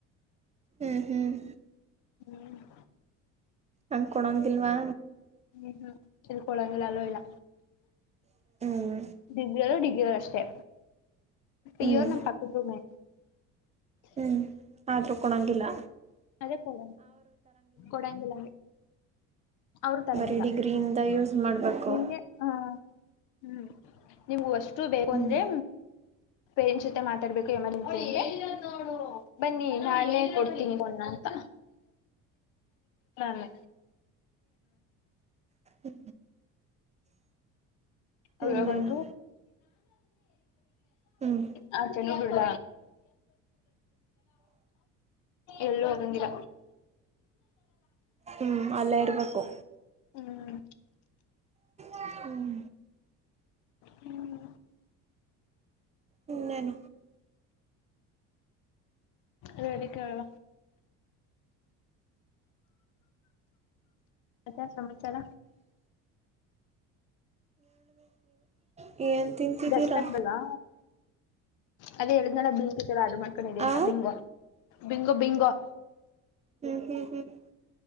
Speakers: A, on the right (about 20°); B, on the left (about 70°).
A: ಹ್ಮ್ ಹ್ಮ್
B: ಹ್ಮ್
A: ಹಂಗ್ ಕೊಡಂಗಿಲ್ವಾ
B: ಹ್ಮ್ ಹ್ಮ್ ಚಲ್ಪ ಒಳಗ ಇಲ್ಲ
A: ಹ್ಮ್
B: ಡಿಗ್ರಿಲ್ಲ ಡಿಗ್ರಿ ಅಷ್ಟೇ
A: ಹ್ಮ್
B: ಇಯ್ಯೋರ್ ನಮ್ಮ ಪಕಮೆ
A: ಹ್ಮ್ ಆದ್ರೂ ಕೊಣಂಗಿಲ್ಲ
B: ಅದೇ ಕೊಡ ಕೊಡಂಗಿಲ್ಲಲ್ಲಿ ಅವರು ತರಂಗಿಲ್ಲ
A: ಬರೀ ಡಿಗ್ರಿಯಿಂದ ಯೂಸ್ ಮಾಡ್ಬೇಕು
B: ನಿಮ್ಗೆ ಹ ಹ್ಮ್ ನಿಮ್ಗ ಅಷ್ಟು ಬೇಕು
A: ಹ್ಮ್
B: ಅಂದ್ರೆ ಪೇರೆಂಟ್ಸ್ ಜೊತೆ ಮಾತಾಡ್ಬೇಕು ಎಮರ್ಜೆನ್ಸಿ ನಿಮಗೆ ಬನ್ನಿ ನಾಳೆ ಕೊಡ್ತೀನಿ ಬಣ್ಣ ಅಂತ ಲ್ಲ
A: ಹ್ಮ
B: ಅ
A: ಇನ್ನೇನು
B: ಬಂದು
A: ಹ್ಮ್
B: ಅ ಚ ನೀ ಬಿಡ್ ಎಲ್ಲೂ ಹದಂಗಿರ
A: ಹ್ಮ್ ಅಲ್ಲ ಇರ್ಬೇಕು
B: ಹ್ಮ್
A: ಹ್ಮ್
B: ಹ್ಮ್
A: ಹನ್ನಾನ
B: ರಡಕ್ಕೆ ಅವವಾ ಪ್ರಾ ಸಮಾಚಾರ
A: ನಿ ನ್ ತಿಂತಿಿದ್ದೀರಾ
B: ದರ್ಶ್ ಆಗ್ದಲ್ವಾ ಅದೇ ಎರಿದ್ನಳ ಬಿಂಕುವ ಅದು ಮಾಡ್ಕೊಂಡ ಅಂತ
A: ಆ
B: ಬಿಂಗೋ ಬಿಂಗೋ ಬಿಂಗೋ
A: ಹ್ಮ್ ಹ್ಮ್ ಹ್ಮ್